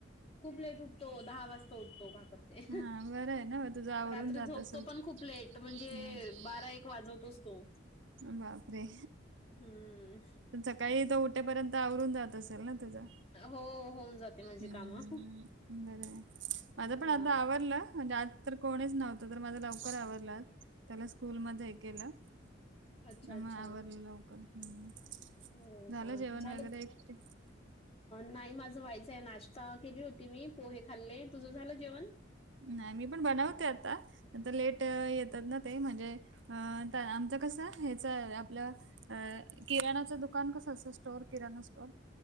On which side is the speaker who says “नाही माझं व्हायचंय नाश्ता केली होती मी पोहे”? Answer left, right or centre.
Left